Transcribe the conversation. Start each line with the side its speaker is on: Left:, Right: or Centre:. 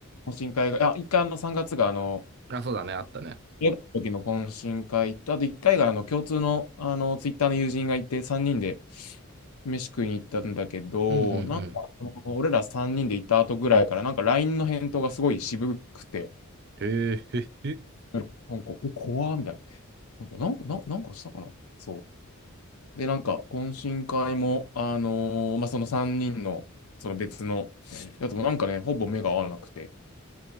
Left: 懇親会が、あ、1回あの3月が、あの、
Right: あ、そうだね、あったね。
Left: 英語の時の懇親会と、あと1回が、あの、共通の、あの、ツイッターの友人がいて、3人で飯食いに行ったんだけど、
Right: うんうんうん
Left: なんか、その俺ら3人で行った後ぐらいから、なんか LINE の返答がすごい渋くて、
Right: へえ、へへへ。
Left: なんか、なんかえ、怖ーみたいな。なんか、なんか、ななんかしたかなそう。で、なんか、懇親会も、あのーまあ、その3人の、その別の、やつもなんかね、ほぼ目が合わなくて、